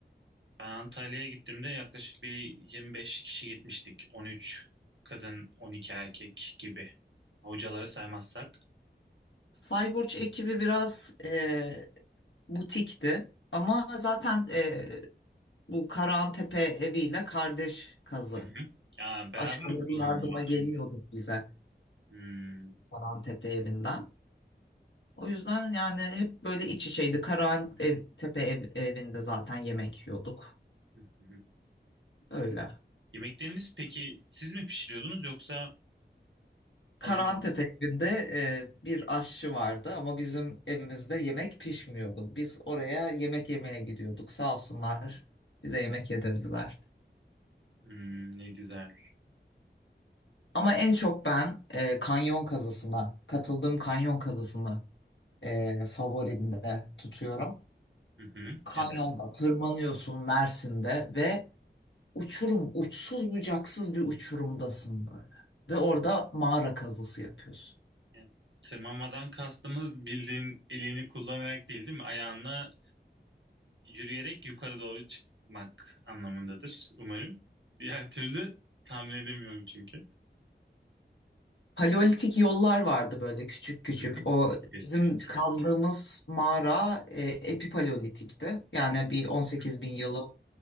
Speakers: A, on the right (about 85°); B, on the left (about 80°).
A: ben Antalya'ya gittiğimde yaklaşık bir 25 kişi gitmiştik. 13 kadın, 12 erkek gibi. Hocaları saymazsak.
B: Cyborg ekibi biraz e, butikti. Ama zaten e, bu Karahantepe eviyle kardeş kazı.
A: Hı hı. Ya, beraber
B: Başkaları
A: mi kullanılıyor?
B: yardıma geliyordu bize
A: Hmm.
B: Karahantepe evinden. O yüzden yani hep böyle iç içeydi. Karahan ev, Tepe ev- evinde zaten yemek yiyorduk.
A: Hı hı.
B: Öyle.
A: Yemekleriniz peki siz mi pişiriyordunuz yoksa
B: Karahan
A: alıyor
B: tepe evinde e, bir aşçı vardı ama bizim evimizde yemek pişmiyordu. Biz oraya yemek yemeye gidiyorduk. Sağ olsunlar bize yemek yedirdiler.
A: Hmm, ne güzel.
B: Ama en çok ben e, kanyon kazısına, katıldığım kanyon kazısını e, favorimde tutuyorum.
A: Hı hı.
B: Kanyonda
A: Neden?
B: tırmanıyorsun Mersin'de ve uçurum, uçsuz bucaksız bir uçurumdasın böyle. Ve orada mağara kazısı yapıyorsun.
A: Yani tırmanmadan kastımız bildiğin elini kullanarak değil, değil mi? Ayağınla yürüyerek yukarı doğru çıkmak anlamındadır umarım. Diğer türlü tahmin edemiyorum çünkü.
B: Paleolitik yollar vardı böyle küçük küçük.
A: Hı hı.
B: O
A: Çok eski.
B: bizim kazdığımız mağara e, epipaleolitikti. Yani bir 18
A: Hı
B: bin yılı